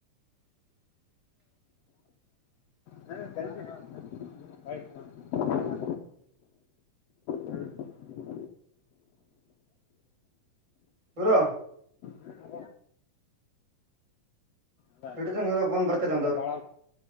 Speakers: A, on the right; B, on the left.
A: <inaudible> <inaudible>
B: ನಾ ಏನ್ ಕೇಳ್ತೀನಿ ಏನು ಹೇ ಹೂ
A: ಗುರು
B: ಹ್ಮ್, ಅದ
A: ಇಡ್ತೀನಿ ಗುರು ಫೋನ್ ಬರ್ತೈತೆ
B: ಕೆಲ್ಸ
A: ಒಂದು
B: ಬಾಳ